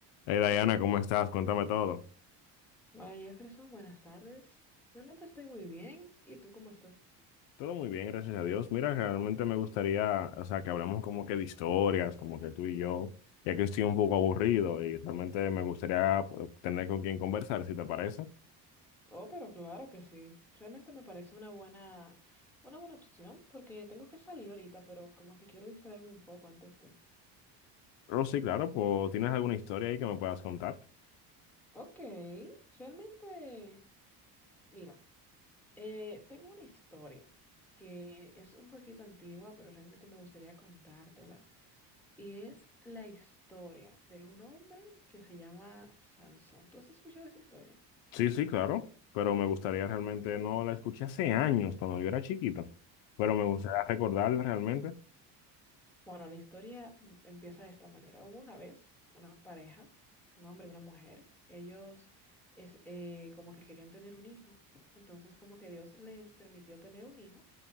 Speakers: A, on the left; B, in the centre.
A: Hey Diana, ¿cómo estás? Cuéntame todo.
B: Hola Jefferson, buenas tardes. Realmente estoy muy bien. ¿Y tú cómo estás?
A: Todo muy bien, gracias a Dios. Mira, realmente me gustaría, o sea, que hablamos como que de historias, como que tú y yo, ya que estoy un poco aburrido y realmente me gustaría pues, tener con quien conversar, si te parece.
B: Oh, pero claro que sí. Realmente me parece una buena, una buena opción porque tengo que salir ahorita, pero como que quiero distraerme un poco antes de...
A: Pero sí, claro, pues ¿tienes alguna historia ahí que me puedas contar?
B: Ok, realmente, mira, eh, tengo una historia que es un poquito antigua, pero realmente me gustaría contártela. Y es la historia de un hombre que se llama Sansón. ¿Tú has escuchado esa historia?
A: Sí, sí, claro, pero me gustaría realmente, no la escuché hace años, cuando yo era chiquito, pero me gustaría
B: Sí.
A: recordarla realmente.
B: Bueno, la historia mm, empieza de esta manera. Hubo una vez una pareja, un hombre y una mujer. Ellos es, eh, como que querían tener un hijo. Entonces como que Dios les permitió tener un hijo